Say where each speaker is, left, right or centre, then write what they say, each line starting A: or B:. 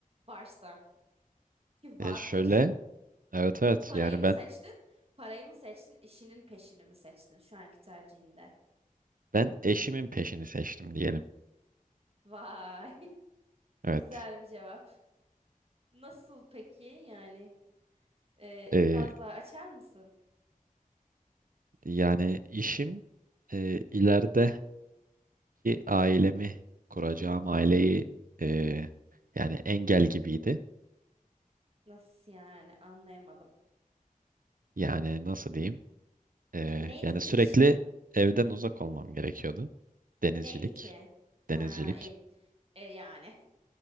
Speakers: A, on the right; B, on the right.
A: varsa ki
B: E
A: vardır.
B: şöyle evet evet
A: Parayı
B: yani
A: mı
B: ben
A: seçtin? Parayı mı seçtin? İşinin peşini mi seçtin şu anki tercihinde?
B: ben eşimin peşini seçtim diyelim.
A: Vay, <laughs>
B: Evet.
A: güzel bir cevap. Nasıl peki yani? Ee,
B: E,
A: biraz daha açar mısın?
B: yani işim e, ilerideki ailemi kuracağım aileyi e, yani engel gibiydi.
A: Nasıl yani? Anlayamadım.
B: Yani nasıl diyeyim? E,
A: Yani neydi
B: yani
A: ki
B: sürekli
A: işin?
B: evden uzak olmam gerekiyordu. Denizcilik,
A: Neydi ki? Ha,
B: denizcilik.
A: et. E, yani.